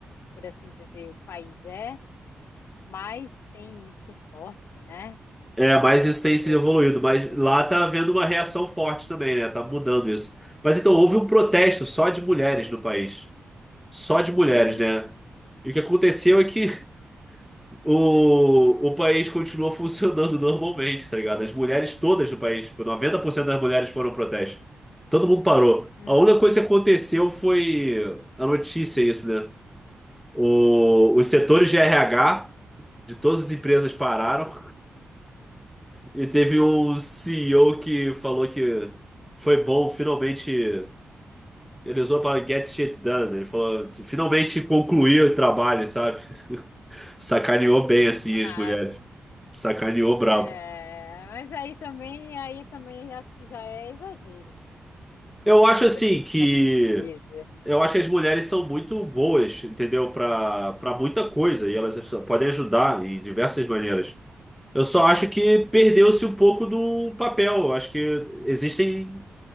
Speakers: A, on the left (about 80°); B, in the centre.
A: por assim dizer, o país é, mais tem isso forte, né?
B: É, mas isso tem se
A: Dessa
B: evoluído.
A: fita
B: Mas
A: do ano.
B: lá tá havendo uma reação forte também, né? Tá mudando isso. Mas então houve um protesto só de mulheres no país. Só de mulheres,
A: Hum,
B: né? E o que aconteceu é que O, o país continuou <laughs> funcionando normalmente, tá ligado? As mulheres todas do país, tipo, 90% das mulheres foram ao protesto. Todo mundo parou.
A: hum,
B: A única coisa que aconteceu foi a notícia, isso, né? O, os setores de RH de todas as empresas pararam e teve um CEO que falou que foi bom, finalmente. Ele usou para get shit done. né? Ele falou, finalmente concluiu o trabalho, sabe? <laughs> Sacaneou bem,
A: pô,
B: assim,
A: sacanagem.
B: as mulheres. Sacaneou brabo.
A: É, mas aí também, aí também acho que já é exagero, assim, Não,
B: Eu acho
A: não não
B: assim
A: necess-
B: que.
A: não precisa.
B: Eu acho que as mulheres são muito boas, entendeu? Pra, pra muita coisa. E elas podem ajudar em diversas maneiras. Eu só acho que perdeu-se um pouco do papel. Eu acho que existem